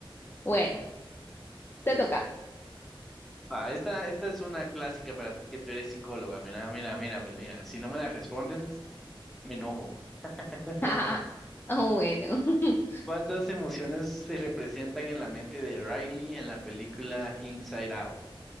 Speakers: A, on the left; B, in the centre.
A: Bueno, te toca.
B: Va, esta, esta es una clásica para ti que tú eres psicóloga. Mira, mira, mira, pues mira, si no me la respondes, me enojo. <laughs>
A: <laughs> Ah, bueno. <laughs>
B: ¿Cuántas emociones se representan en la mente de Riley en la película Inside Out?